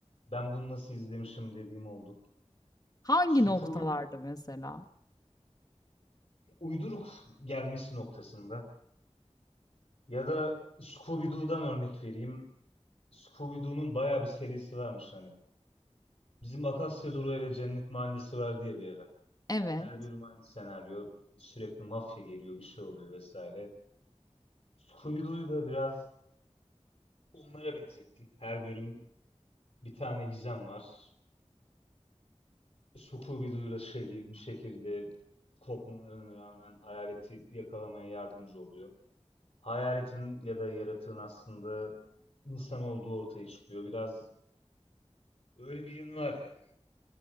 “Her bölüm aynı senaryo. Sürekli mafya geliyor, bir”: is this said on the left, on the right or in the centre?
Left